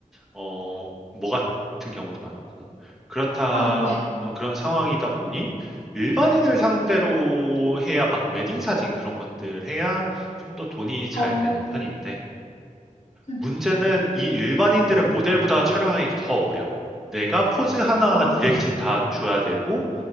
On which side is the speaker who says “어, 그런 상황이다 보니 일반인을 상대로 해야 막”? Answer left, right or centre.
Centre